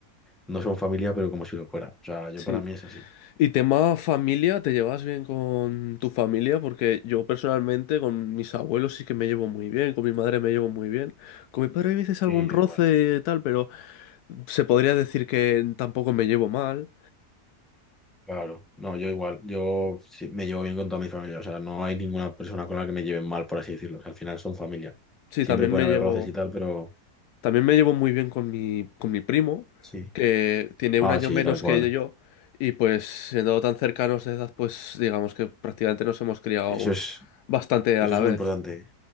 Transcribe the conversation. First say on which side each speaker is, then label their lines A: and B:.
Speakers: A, in the centre; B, on the left.
A: no son familia, pero como si lo fuera. O sea, yo
B: Sí.
A: para mí es así.
B: Y tema familia, ¿te llevas bien con tu familia? Porque yo personalmente con mis abuelos sí que me llevo muy bien, con mi madre me llevo muy bien. Con mi padre hay veces algún
A: Y yo
B: roce
A: igual.
B: y tal, pero se podría decir que tampoco me llevo mal.
A: Claro. No, yo igual. Yo sí, me llevo bien con toda mi familia. O sea, no hay ninguna persona con la que me lleven mal, por así decirlo. O sea, al final son familia.
B: Sí,
A: Siempre
B: también
A: pueden
B: me
A: haber
B: llevo.
A: roces y tal, pero
B: También me llevo muy bien con mi, con mi primo,
A: sí.
B: que tiene
A: Ah,
B: un año
A: sí,
B: menos
A: tal cual.
B: que yo, y pues siendo tan cercanos de edad, pues digamos que prácticamente nos hemos criado
A: Eso es.
B: bastante
A: Eso
B: a la
A: es muy
B: vez.
A: importante.